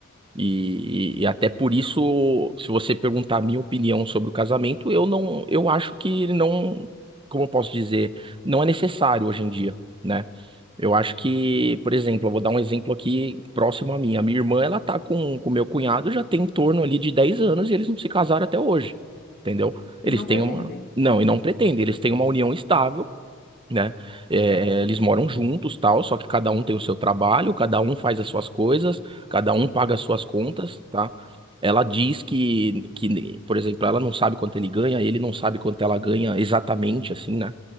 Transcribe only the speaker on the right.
E, e- e até por isso, se você perguntar a minha opinião sobre o casamento, eu não, eu acho que não, como eu posso dizer, não é necessário hoje em dia, né? Eu acho que, por exemplo, eu vou dar um exemplo aqui próximo a mim. A minha irmã, ela tá com com meu cunhado já tem em torno ali de 10 anos e eles não se casaram até hoje, entendeu? Eles
têm
uma, não, e não pretendem, eles têm uma união estável né? É,
é, eles moram juntos, tal, só que cada um tem o seu trabalho, cada um faz as suas coisas, cada um paga as suas contas, tá? Ela diz que, que, por exemplo, ela não sabe quanto ele ganha, ele não sabe quanto ela ganha exatamente, assim, né?